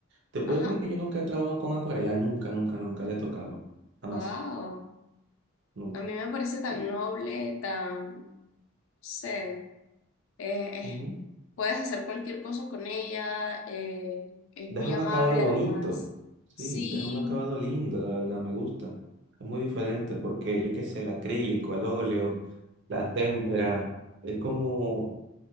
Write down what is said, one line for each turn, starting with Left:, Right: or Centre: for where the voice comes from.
Right: te puedes
Left: ajá,
Right: creer que yo nunca he trabajado con acuarela? Nunca, nunca, nunca le he tocado. Jamás,
Left: wow.
Right: nunca.
Left: A mí me parece tan
Right: Y,
Left: noble, tan, no sé, Eh, eh,
Right: ujú.
Left: puedes hacer cualquier cosa con ella, eh, es
Right: Deja
Left: muy
Right: un
Left: amable
Right: acabado bonito.
Left: además.
Right: Sí,
Left: Sí,
Right: deja un acabado lindo, la verdad, me gusta. Es muy diferente porque, yo qué sé, el acrílico, el óleo, la témpera, es como